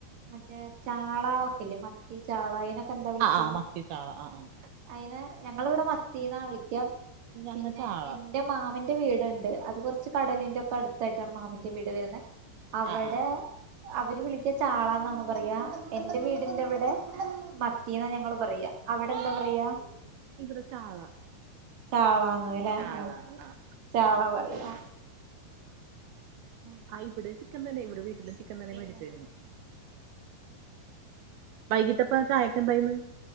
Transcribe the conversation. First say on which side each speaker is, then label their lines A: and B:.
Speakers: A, on the right; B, on the right.
A: മറ്റേ ചാള ഒക്കെല്ലേ മത്തി ചാള അയിനൊ എന്താ വിളിക്ക്യാ?
B: ആഹ് ആഹ് മത്തി ചാള ആഹ് ആഹ്
A: അയിനേ ഞങ്ങളിവിടെ മത്തീന്നാ വിളിക്ക്യാ
B: ഞങ്ങ
A: പിന്നെ
B: ചാള
A: എന്റെ മാമൻറെ വീട്ണ്ട് അത് കൊറച്ച് കടലിന്റെ ഒക്കെ അടുത്തായിട്ടാണ് മാമന്റെ വീട് വരുന്നേ അവടെ
B: ആഹ് ആഹ്
A: അവര് വിളിക്ക്യ ചാളാന്നാണ് പറയാ എൻറെ വീടിന്റെവിടെ മത്തീന്നാ ഞങ്ങള് പറയാ. അവിടെ എന്താ പറയാ?
B: ഇവിടെ ചാള
A: ചാളാന്ന്ല്ലേ?
B: ചാള
A: ഓ
B: ആഹ്
A: ചാള പറയാ ആഹ്
B: ആഹ് ഇവിടെ ചിക്കൻ തന്നെ. ഇവിടെ വീട്ടിലും ചിക്കൻ തന്നെ
A: പിന്നെ
B: മേടിച്ചേന്ന്‌ വൈകിട്ടപ്പ ചായക്കെന്തായന്ന്?